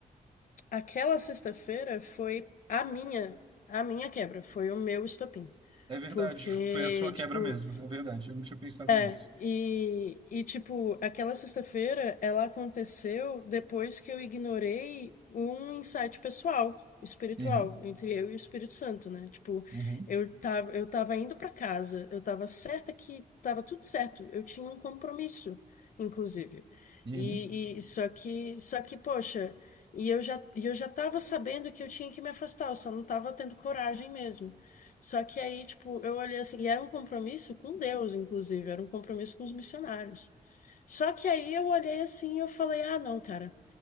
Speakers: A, on the left (about 65°); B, on the right (about 35°).
A: aquela sexta-feira foi a minha, a minha quebra, foi o meu estopim.
B: É verdade,
A: Porque,
B: foi a sua quebra
A: tipo,
B: mesmo, é verdade, eu não tinha pensado
A: é,
B: nisso.
A: e, e tipo, aquela sexta-feira ela aconteceu depois que eu ignorei um insight pessoal, espiritual,
B: Uhum,
A: entre eu e o Espírito Santo, né? Tipo,
B: uhum,
A: eu tava, eu tava indo pra casa, eu tava certa que tava tudo certo, eu tinha um compromisso, inclusive.
B: uhum,
A: E, e só que, só que, poxa, e eu já, e eu já tava sabendo que eu tinha que me afastar, eu só não tava tendo coragem mesmo. Só que aí, tipo, eu olhei assim, e era um compromisso com Deus, inclusive, era um compromisso com os missionários. Só que aí eu olhei assim e eu falei, ah, não, cara.